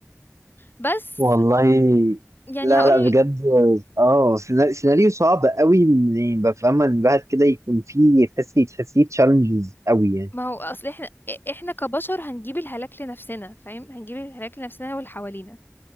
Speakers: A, on the left (about 45°); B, on the right (about 80°).
A: بس
B: والله
A: يعني
B: لا
A: هقول
B: لا بجد اه سينا- سيناريو صعب قوي يعني بفهم ان الواحد كده يكون فيه تحسي تحسيه تشالنجز قوي يعني
A: ما هو اصل احنا احنا كبشر هنجيب الهلاك لنفسنا فاهم هنجيب الهلاك لنفسنا واللي حوالينا